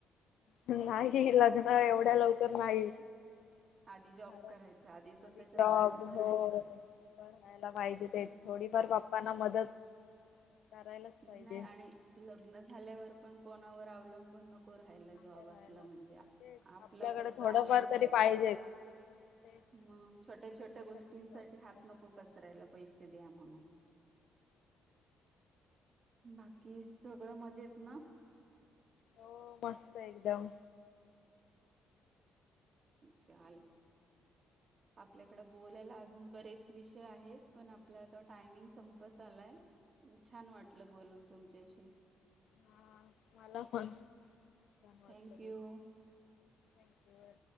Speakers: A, on the left; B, on the right.
A: नाही लग्न एवढ्या लवकर. तर नाही.
B: आधी जॉब
A: घरात
B: करायचा स्वतःच्या
A: आधी जॉब
B: पायावर उभं राहायचं.
A: हो बघायला पाहिजे, ते
B: हम्म.
A: थोडीफार पाप्पाना मदत. करायलाच
B: नाही
A: पाहिजे
B: आणि लग्न झाल्यावर पण कोणावर अवलंबून नको. नको राहायला
A: नाही
B: जॉब
A: राहायला
B: असला म्हणजे,
A: तेच
B: आपला
A: आपल्याकडे
B: खर्च
A: थोडंफार
B: आपण करायचा,
A: तरी पाहिजेच तेच
B: मग छोट्या-
A: त्याच्यासाठी
B: छोट्या गोष्टीसाठी
A: जॉब पाहिजे
B: हात नको पसरायला पैशे दया म्हणून बाकी सगळं मजेत ना?
A: हो मस्त हे एकदम
B: चाल आपल्याकडें बोलायला आजून बरेच विषय आहेत, पण आपला तो टायमिंग संपत आलाय छान वाटलं बोलून तुमच्याशी
A: हा मला पण छान वाटलं
B: थँक यू.
A: बघ थँक्यू.